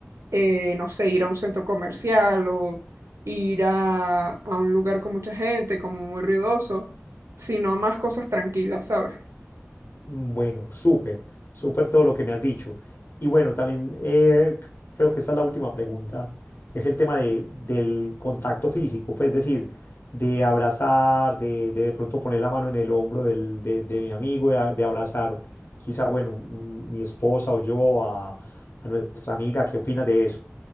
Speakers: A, on the right; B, on the left.
A: eh, no sé, ir a un centro comercial o ir a, a un lugar con mucha gente, como muy ruidoso, sino más cosas tranquilas, ¿sabes?
B: mm, bueno, súper, súper todo lo que me has dicho. Y bueno, también eh, creo que esta es la última pregunta, es el tema de, del contacto físico, pues es decir, de abrazar, de de, de pronto poner la mano en el hombro del, de, de mi amigo, de, a- de abrazar quizá, bueno, mm, mi esposa o yo a, a nuestra amiga, ¿qué opinas de eso?